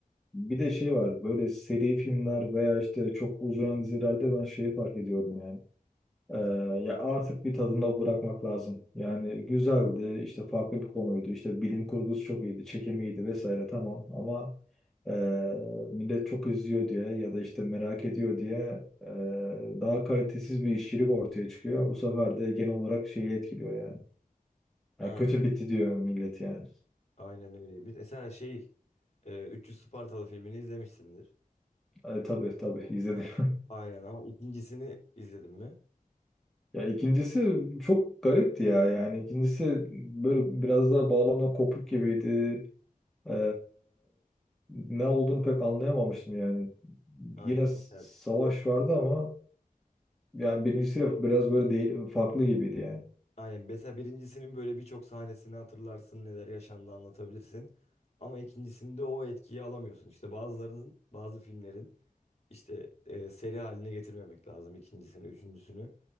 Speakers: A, in the centre; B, on the left.
A: bir de şey var böyle seri filmler veya işte çok uzayan dizilerde ben şeyi fark ediyorum yani. Ee, ya artık bir tadında bırakmak lazım. Yani güzeldi, işte farklı bir konuydu, işte bilim kurgusu çok iyiydi, çekimi iyiydi vesaire tamam ama e, millet çok izliyor diye ya da işte merak ediyor diye e, daha kalitesiz bir işçilik ortaya çıkıyor. Bu sefer de genel olarak şeyi etkiliyor yani.
B: Aynen,
A: Yani kötü bitti diyor millet yani.
B: aynen öyle. Biz mesela şey e, 300 Spartalı filmini izlemişsindir.
A: E, tabii tabii izledim. <laughs>
B: Aynen ama ikincisini izledin mi?
A: Ya ikincisi çok garipti ya yani ikincisi böyle biraz daha bağlamla kopuk gibiydi. Ee, ne olduğunu pek anlayamamıştım yani.
B: Aynen.
A: Yine s-
B: Mesela,
A: savaş vardı ama yani birincisi de biraz böyle değil, farklı gibiydi yani.
B: aynen. Mesela birincisinin böyle birçok sahnesini hatırlarsın, neler yaşandı anlatabilirsin. Ama ikincisinde o etkiyi alamıyorsun. İşte bazılarının, bazı filmlerin İşte e, seri haline getirmemek lazım. İkincisini, üçüncüsünü